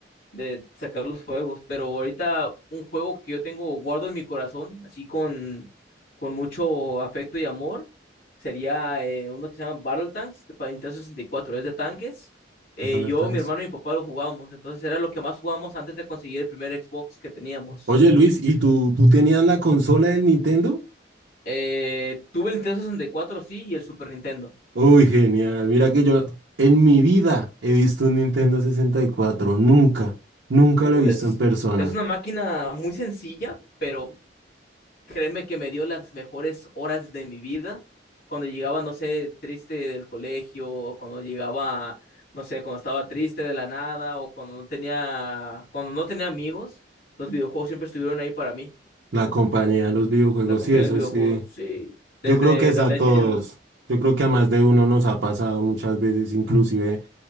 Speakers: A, on the left (about 55°); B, on the right (about 65°).
A: de sacar los juegos, pero ahorita un juego que yo tengo guardo en mi corazón, así con, con mucho afecto y amor, sería eh, uno que se llama Battle Tanks de- para Nintendo sesenta y cuatro es de tanques. Eh,
B: Battle
A: yo,
B: Tanks.
A: mi hermano y mi papá lo jugábamos, entonces era lo que más jugábamos antes de conseguir el primer Xbox que teníamos.
B: Oye Luis, ¿y tú, tú tenías la consola del Nintendo?
A: Eh, tuve el Nintendo sesenta y cuatro sí, y el Super Nintendo.
B: Uy, genial. Mira que yo en mi vida he visto un Nintendo sesenta y cuatro Nunca, nunca
A: Uh,
B: lo he visto
A: es,
B: en persona.
A: es una máquina muy sencilla, pero Créeme que me dio las mejores horas de mi vida cuando llegaba, no sé, triste del colegio, o cuando llegaba, no sé, cuando estaba triste de la nada, o cuando no tenía, cuando no tenía amigos, los videojuegos siempre estuvieron ahí para mí.
B: La compañía de los videojuegos,
A: La compañía
B: sí, eso
A: de videojuegos,
B: sí.
A: sí. Desde
B: Yo creo que es
A: The
B: a
A: Legend,
B: todos. Yo creo que a más de uno nos ha pasado muchas veces, inclusive